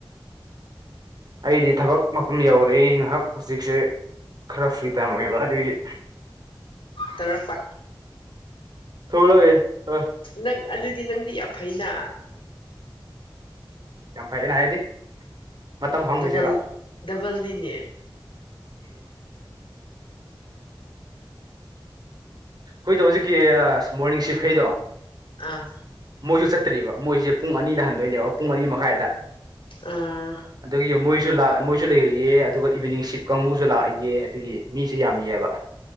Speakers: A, on the right; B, on the left.
A: ꯑꯩꯗꯤ ꯊꯕꯛ ꯃꯐꯝ ꯌꯧꯔꯦ ꯑꯩ ꯉꯥꯏꯍꯥꯛ ꯍꯧꯖꯤꯛꯁꯦ ꯈꯔ ꯐ꯭ꯔꯤ ꯇꯥꯏꯝ ꯑꯣꯏꯌꯦꯕ ꯑꯗꯨꯒꯤ
B: ꯇꯧꯔꯄ
A: ꯊꯣꯛꯂꯛꯏ ꯍꯣꯏ
B: ꯅꯪ ꯑꯗꯨꯗꯤ ꯅꯪꯗꯤ ꯌꯥꯝ ꯐꯩꯅ
A: ꯌꯥꯝ ꯐꯩꯌꯦꯅ ꯍꯥꯏꯗꯤ ꯃꯇꯝ ꯐꯪꯕꯁꯤꯔ
B: ꯗꯕꯜ ꯗꯕꯜꯅꯤꯅꯦ
A: ꯍꯣꯏꯗꯣ ꯍꯧꯖꯤꯛꯀꯤ ꯃꯣꯔꯅꯤꯡ ꯁꯤꯐꯈꯩꯗꯣ
B: ꯑꯥ
A: ꯃꯣꯏꯁꯨ ꯆꯠꯇ꯭ꯔꯤꯕ ꯃꯣꯏꯁꯦ ꯄꯨꯡ ꯑꯅꯤꯗ ꯍꯟꯗꯣꯏꯅꯦꯕ ꯄꯨꯡ ꯑꯅꯤ ꯃꯈꯥꯏꯗ
B: ꯑꯥ
A: ꯑꯗꯨꯒꯤ ꯃꯣꯏꯁꯨ ꯃꯣꯏꯁꯨ ꯂꯩꯔꯤꯌꯦ ꯑꯗꯨꯒ ꯏꯚꯅꯤꯡ ꯁꯤꯞ ꯀꯥꯡꯕꯨꯁꯨ ꯂꯥꯛꯏꯌꯦ ꯑꯗꯨꯒꯤ ꯃꯤꯁꯨ ꯌꯥꯝꯃꯤꯑꯕ